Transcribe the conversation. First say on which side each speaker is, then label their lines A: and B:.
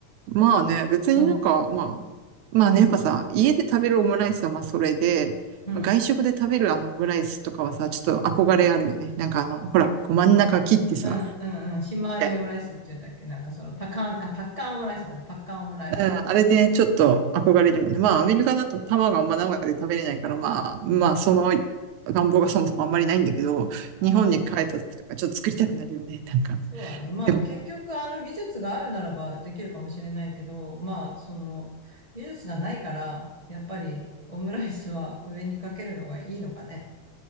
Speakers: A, on the right (about 80°); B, on the left (about 20°).
A: まあね、別になんか、
B: まあ、
A: まあ、まあね、
B: うん。
A: やっぱさ、家で食べるオムライスはまあそれで、
B: うん。
A: 外食で食べるあのオムライスとかはさ、ちょっと憧れあるよね。なんかあの、ほら、こう真ん中切ってさ、
B: うん。うんうんひまわりオムライスっていうんだっけなんかそのパカン、
A: みたいな。
B: あ、パッカンオムライスだ。パッカンオムライス。
A: うん、あれね、ちょっと憧れるよね。まあ、アメリカだと卵があんま生で食べれないから、
B: そうそう。
A: まあ、まあ、その願望がそもそもあんまりないんだけど、
B: ああ、
A: 日本に帰った時とかちょっと作りたくなるよね。なんか。
B: そうだね。まあ結局あの技術があるならばできるかもしれないけど、
A: でも
B: まあその技術がないから、やっぱりオムライスは上にかけるのがいいのかね。